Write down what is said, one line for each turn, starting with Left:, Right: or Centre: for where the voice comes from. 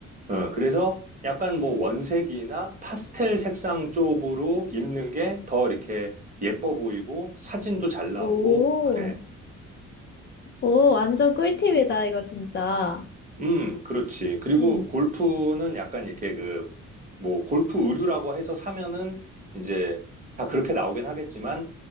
Right: 어, 그래서 약간 뭐 원색이나 파스텔 색상 쪽으로 입는 게 더 이렇게 예뻐 보이고 사진도 잘 나오고
Left: 오,
Right: 그래.
Left: 오 완전 꿀팁이다 이거 진짜.
Right: 음, 그렇지. 그리고
Left: 응
Right: 골프는 약간 이렇게 그 뭐 골프 의류라고 해서 사면은 이제 다 그렇게 나오긴 하겠지만